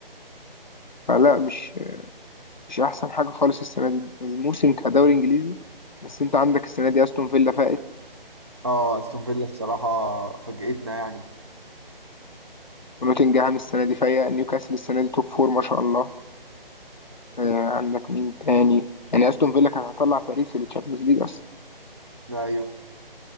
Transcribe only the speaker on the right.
اه استون فيلا بصراحة فاجئتنا يعني
ايوه